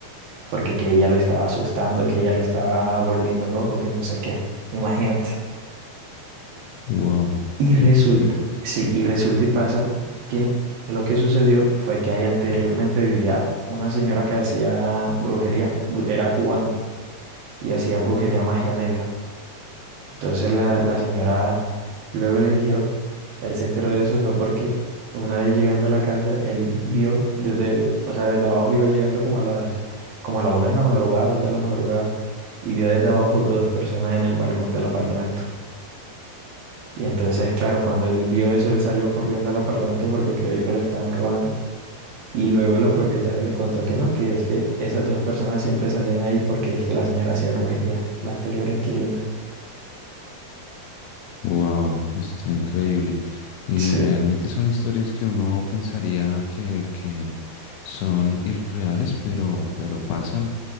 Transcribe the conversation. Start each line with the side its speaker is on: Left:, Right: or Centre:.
Right: porque que ella lo estaba asustando, que ella lo estaba volviendo loco, que no sé qué. Imagínate.
Left: Wow,
Right: Y resulta,
Left: increíble.
Right: sí, y resulta y pasa que lo que sucedió fue que ahí anteriormente vivía una señora que hacía brujería, bru- era cubana y hacía brujería magia negra. Entonces la, la señora luego le dijeron, él se enteró de eso fue porque una vez llegando a la casa, él vio desde, o sea, desde abajo iba llegando como a las, como a la una de la madrugada, dos de la madrugada, y vio desde abajo dos personas en el balcón del apartamento. Y entonces, claro, cuando él vio eso, él salió corriendo al apartamento porque creyó que lo estaban robando. Y luego la propietaria le contó que no, que es que esas dos personas siempre salían ahí porque es que la señora hacía brujería, la anterior inquilina.
Left: Wow, está increíble. Y
Right: Sí,
Left: realmente son historias que uno pensaría que, que son irreales, pero, pero pasan